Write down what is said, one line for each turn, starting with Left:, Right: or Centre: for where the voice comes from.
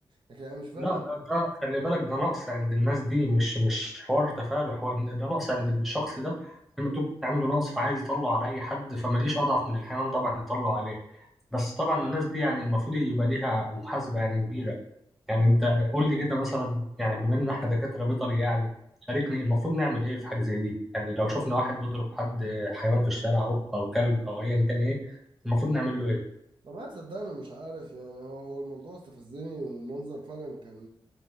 Right: لكن انا مش فاهم
Centre: لا ده ده خلي بالك ده نقص عند الناس دي مش مش حوار تفاعل حوار ده نقص عند الشخص ده لما تقول كده عنده نقص فعايز يطلع على اي حد فما لقيش اضعف من الحيوان طبعا يطلع عليه بس طبعا الناس دي يعني المفروض يبقى ليها محاسبه يعني كبيره يعني انت قول لي كده مثلا يعني بما ان احنا دكاتره بيطري يعني شاركني المفروض نعمل ايه في حاجه زي دي يعني لو شفنا واحد بيضرب حد حيوان في الشارع قطه او كلب او ايا كان ايه المفروض نعمل له ايه
Right: والله صدقني مش عارف يعني هو هو الموضوع استفزني والمنظر فعلا كان